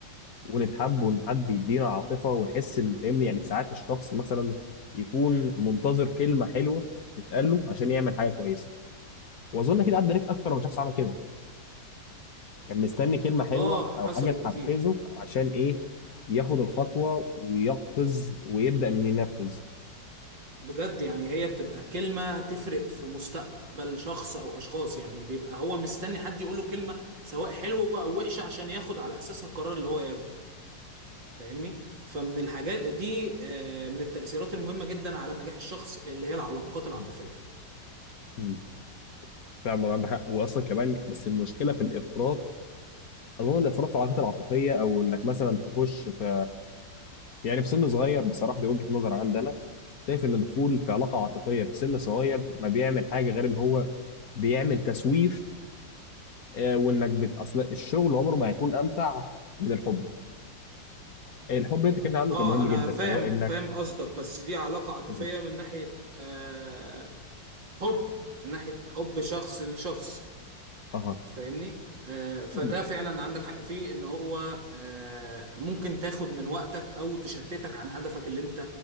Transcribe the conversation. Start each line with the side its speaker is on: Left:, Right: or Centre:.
Left: ونتحب وان حد يدينا عاطفة ونحس ان فاهمني يعني ساعات الشخص مثلا يكون منتظر كلمة حلوة تتقال له عشان يعمل حاجة كويسة واظن كده عدى عليك اكتر من شخص عمل كده كان مستني كلمة حلوة
Right: آه
Left: أو
Right: حصلت
Left: حاجة تحفزه
Right: كتير
Left: عشان إيه ياخد الخطوة ويقفز ويبدأ إنه ينفذ
Right: بجد يعني هي بتبقى كلمة تفرق في مستقبل شخص أو أشخاص يعني بيبقى هو مستني حد يقوله كلمة سواء حلوة أو وحشة عشان ياخد على أساسها القرار اللي هو ياخده فاهمني؟ فمن الحاجات دي آه، من التأثيرات المهمة جدا على نجاح الشخص اللي هي العلاقات العاطفية
Left: مم. مم. فعلا عندك حق وأصلا كمان بس المشكلة في الإفراط أظن الإفراط في العلاقات العاطفية أو إنك مثلا تخش في يعني في سن صغير بصراحة دي وجهة نظر عندنا شايف إن دخول في علاقة عاطفية في سن صغير ما بيعمل حاجة غير إن هو بيعمل تسويف آه، وإنك بت أصل الشغل عمره ما هيكون أمتع من الحب الحب أنت كده عنده
Right: اه
Left: كان مهم
Right: أنا
Left: جدا
Right: فاهم
Left: وهو إنك
Right: فاهم قصدك بس دي علاقة عاطفية
Left: مم.
Right: من ناحية آه، حب من ناحية حب شخص لشخص
Left: اه
Right: فاهمني آه فده
Left: مم.
Right: فعلا عندك حق فيه ان هو آه ممكن تاخد من وقتك او تشتتك عن هدفك اللي انت